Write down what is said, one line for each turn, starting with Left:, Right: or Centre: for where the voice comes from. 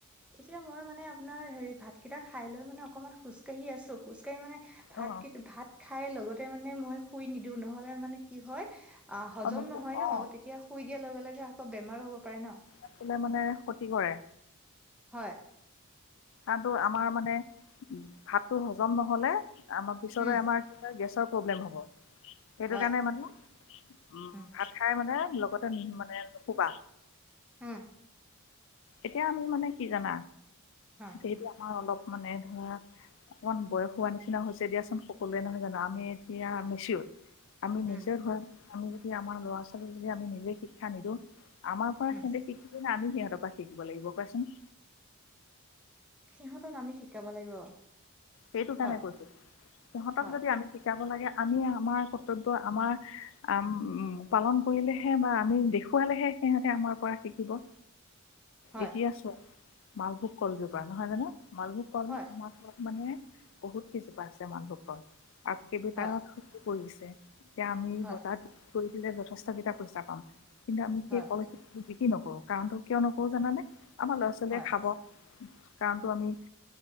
Centre: এতিয়া মই মানে আপোনাৰ হেৰি ভাতকিটা খাই লৈ মানে অকণমান খোজ কাঢ়ি আছোঁ খোজ কাঢ়ি মানে ভাত
Left: অ
Centre: কি ভাত খাই লগতে মানে মই শুই নিদিওঁ নহ'লে মানে কি হয় অ', হজম
Left: নুশু
Centre: নহয় ন?
Left: অ
Centre: তেতিয়া শুই দিয়াৰ লগে লগে আকৌ বেমাৰো হ'ব পাৰে ন?
Left: আপোনাৰ মানে ক্ষতি কৰে।
Centre: হয়।
Left: কাৰণতো আমাৰ মানে উম, ভাতটো হজম নহ'লে আমাৰ পিছলে
Centre: উম
Left: আমাৰ কি হয়, গেছৰ প্ৰব্লেম হ'ব সেইটো
Centre: হয়
Left: কাৰণে মানে উম,
Centre: উম
Left: ভাত খাই মানে লগতে মানে নুশুবা।
Centre: উম।
Left: এতিয়া আমি মানে কি জানা?
Centre: হা
Left: সেইটো আমাৰ অলপ মানে ধৰা অকমান বয়স হোৱা নিচিনা হৈছে দিয়াচোন সকলোৱে নহয় জানোঁ আমি এতিয়া মেচিঅ'দ আমি মেচিঅ'দ
Centre: উম
Left: হোৱা আমি যদি আমাৰ ল'ৰা ছোৱালীক যদি আমি নিজেই শিক্ষা নিদিওঁ আমাৰ পৰা
Centre: উম
Left: সিহঁতে শিকিব নে আমি সিহঁতৰ পৰা শিকিব লাগিব কোৱাচোন।
Centre: সিহঁতক আমি শিকাব লাগিব।
Left: সেইটো কাৰণে
Centre: হয়
Left: কৈছোঁ, সিহঁতক
Centre: হয়
Left: যদি আমি শিকাব লাগে আমি আমাৰ কৰ্তব্য আমাৰ উম, পালন কৰিলেহে বা আমি দেখুৱালেহে সিহঁতে আমাৰ পৰা শিকিব।
Centre: হয়
Left: এতিয়া চোৱা মালভোগ কলজোপা নহয় জানোঁ মালভোগ কল
Centre: হয়
Left: আমাৰ ইয়াত মানে বহুত কিজোপা আছে মালভোগ কল আৰু <unintelligible>
Centre: হয়
Left: পৰিছে। এতিয়া আমি
Centre: হয়
Left: বজাৰত বিকি কৰি দিলে যথেষ্ট কিটা পইচা পাম কিন্তু আমি সেই
Centre: হয়
Left: কল বিক্ৰী নকৰোঁ কাৰণটো কিয় নকৰোঁ জানানে? আমাৰ ল'ৰা ছোৱালীয়ে
Centre: হয়
Left: খাব কাৰণটো আমি